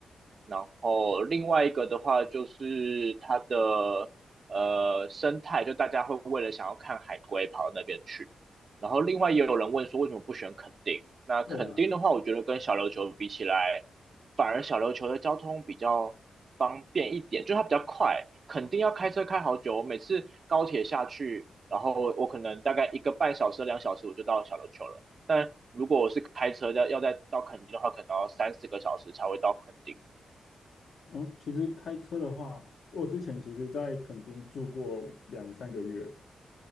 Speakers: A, on the right; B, on the left.
A: 然后另外一个的话就是它的呃生态，就大家会为了想要看海龟跑到那边去。然后另外也有人问说为什么不选垦丁？那垦丁的话，
B: 对啊？
A: 我觉得跟小琉球比起来，反而小琉球的交通比较方便一点，就它比较快，垦丁要开车开好久。我每次高铁下去，然后我可能大概一个半小时、两小时我就到小琉球了。但如果我是开车要要再到垦丁的话，可能要三四个小时才会到垦丁。
B: 哦，其实开车的话，我之前其实在垦丁住过两三个月。